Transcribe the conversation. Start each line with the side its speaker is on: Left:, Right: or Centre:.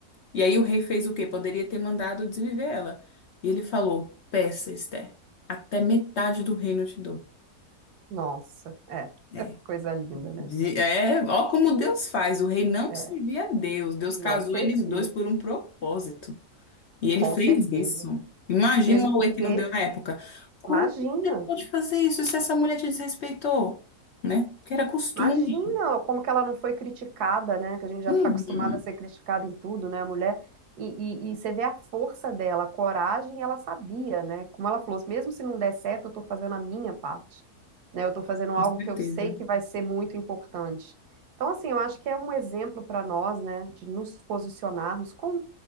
Left: E aí o rei fez o quê? Poderia ter mandado desviver ela. E ele falou: Peça, Esther, até metade do reino eu te dou.
Right: Nossa, é,
Left: É.
Right: <laughs> coisa linda, né?
Left: De- é, ó como Deus faz. O rei não
Right: É,
Left: servia a Deus. Deus
Right: não
Left: casou
Right: servia,
Left: eles dois por um propósito. E ele
Right: com
Left: fez
Right: certeza.
Left: isso. Imagina
Right: Mesmo
Left: o
Right: porque,
Left: auê que não deu na época. Como
Right: imagina.
Left: você pode fazer isso se essa mulher te desrespeitou? Né? Porque era costume.
Right: Imagina como que ela não foi criticada, né? Que a gente já
Left: Uhum,
Right: está acostumada a ser criticada em tudo, né? A mulher. E, e, e você vê a força dela, a coragem, ela sabia, né? Como ela falou, mesmo se não der certo, eu estou fazendo a minha parte, né? Eu estou fazendo
Left: com
Right: algo
Left: certeza.
Right: que eu sei que vai ser muito importante. Então, assim, eu acho que é um exemplo para nós, né? De nos posicionarmos com,